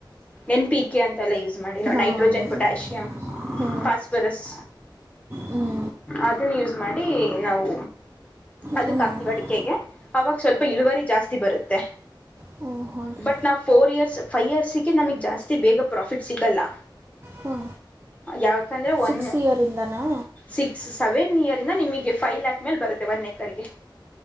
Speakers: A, on the left; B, on the right.
A: ಎನ್ ಪಿ ಕೆ ಅಂತ ತಲ್ಲ ಯೂಸ್ ಮಾಡಿ ನ
B: ಹಾಂ
A: ನೈಟ್ರೋಜನ್
B: ಅದೇ ಅದೇ
A: ಪೊಟ್ಯಾಷಿಯಮ್
B: ಹ್ಞೂ
A: ಫಾಸ್ಫರಸ್
B: ಹ್ಞೂ
A: ಅದನ್ನ ಯೂಸ್ ಮಾಡಿ ನಾವು ಅದಕ್
B: ಹ್ಞೂ ಹ್ಞೂ
A: ಹಾಕ್ತೀವಿ ಅಡಿಕೆಗೆ ಅವಾಗ ಸ್ವಲ್ಪ ಇಳುವರಿ ಜಾಸ್ತಿ ಬರುತ್ತೆ
B: ಹ್ಞೂ ಹಾಗೆ
A: ಬಟ್ ನಾವು ಫೋರ್ ಇಯರ್ಸ್ ಫೈವ್ ಇಯರ್ಸಿಗೆ ನಮಗೆ ಜಾಸ್ತಿ ಬೇಗ ಪ್ರಾಫಿಟ್ ಸಿಗಲ್ಲ
B: ಹ್ಞೂ
A: ಯಾವ ಯಾಕಂದ್ರೆ
B: ಸಿಕ್ಸ್
A: ಒನ್
B: ಇಯರಿಂದನಾ
A: ಸಿಕ್ಸ್ ಸೆವೆನ್ ಇಯರ್ಂದ ನಿಮಗೆ ಫೈವ್ ಲ್ಯಾಕ್ ಮೇಲೆ ಬರುತ್ತೆ ಒನ್ ಎಏಕರ್ಗೆ